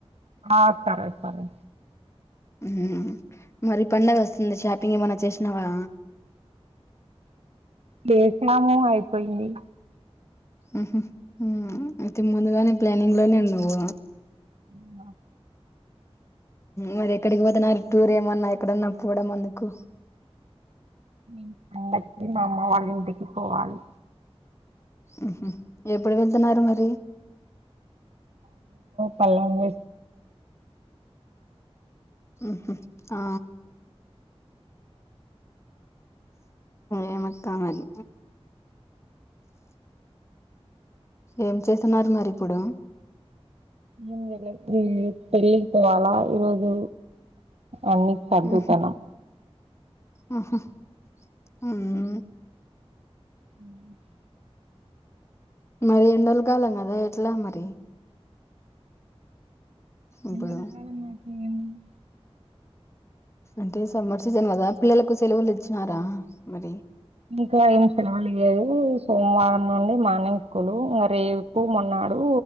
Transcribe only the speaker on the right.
ఆ సరే సరే
చేసినాము అయిపోయింది
వున్నా
మేం పండక్కి మా అమ్మ వాళ్ళ ఇంటికి పోవాలి
పల్లెం వేస్
ఏంజేయల మ్మ్ పెళ్ళికి పోవాలా ఈరోజు అన్ని సర్దుతన్నం
మ్మ్ హ్మ్
ఎండల కాలం అయితే ఏముంది
ఇంకా ఏం సెలవలి ఇయలేదు సోమవారం నుండి మార్నింగ్ స్కూల్ మరి రేపూ, మొన్నాడు